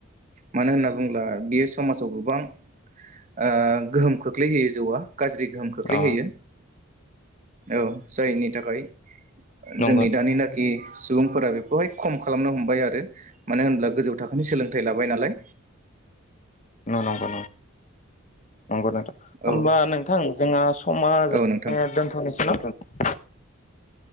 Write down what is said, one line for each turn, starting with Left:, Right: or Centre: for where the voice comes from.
Right: मानो होनना बुङोब्ला बेयो समाजाव गोबां ओ गोहोम खोख्लैहोयो जौआ गाज्रि गोहोम खोख्लैहैयो
Left: अ
Right: औ जायनि थाखाय
Left: नंगौ
Right: जोंनि दानिनाखि सुबुंफोरा बेखौहाय खम खालामनो हमबाय आरो मानो होनब्ला गोजौ थाखोनि सोलोंथाइ लाबाय नालाय
Left: नंगौ नंगौ नंगौ नोंथां होमबा
Right: औ
Left: नोंथां जोंहा समा
Right: औ नोंथां
Left: दोनथ'नोसै ना औ